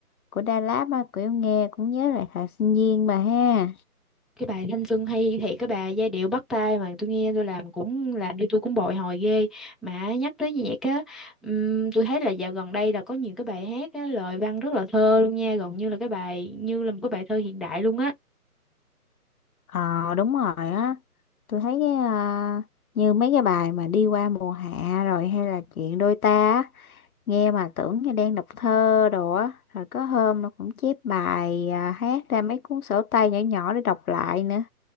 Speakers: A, on the left; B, in the centre.
A: của Da Lab á, kiểu nghe cũng nhớ lại thời sinh viên mà ha.
B: cái bài Thanh Xuân hay thiệt cái bài giai điệu bắt tai mà tôi nghe tôi làm cũng làm cho tôi cũng bồi hồi ghê mà nhắc tới nhạc á ừm, tôi thấy là dạo gần đây là có nhiều cái bài hát á lời văn rất là thơ luôn nha gần như là cái bài như là một cái bài thơ hiện đại luôn á
A: Ờ đúng rồi á Tôi thấy cái à, như mấy cái bài mà đi qua mùa hạ rồi hay là chuyện đôi ta á, nghe mà tưởng như đang đọc thơ đồ á rồi có hôm nó cũng chép bài à, hát ra mấy cuốn sổ tay nhỏ nhỏ để đọc lại nữa